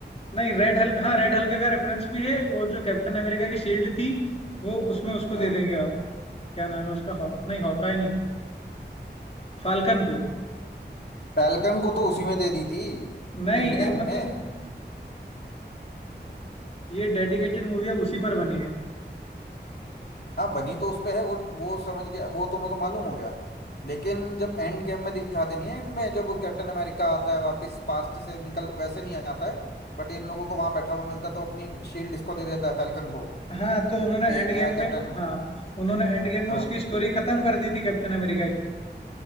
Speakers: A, on the left; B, on the left.
A: नहीं रेड हल्क हाँ रेड हल्क का रेफरेंस भी है और जो कैप्टन अमेरिका की शील्ड थी वो उसमें उसको
B: हाँ
A: दे देंगे आप क्या नाम है उसका हॉक नहीं हॉकाई नहीं फाल्कन को
B: फैल्कन को तो उसी में दे दी थी
A: नहीं
B: एंड गेम
A: अब मतलब
B: में
A: ये डेडिकेटेड मूवी है उसी पर बनी है
B: हाँ बनी तो उस पे है वो वो समझ गया वो तो मेरे को मालूम हो गया लेकिन जब एंड गेम में दिखाते नहीं है एंड में जब वो कैप्टन अमेरिका आता है वापस पास्ट से निकल वैसे नहीं आता है बट इन लोगों को वहां बैठा हुआ मिलता है तो अपनी शील्ड इसको दे देता है फैल्कन को
A: हाँ तो उन्होंने
B: कि
A: एंड गेम
B: नया
A: में
B: कैप्टन
A: हाँ उन्होंने एंड गेम में
B: हाँ
A: उसकी स्टोरी खत्म कर दी थी कैप्टन अमेरिका की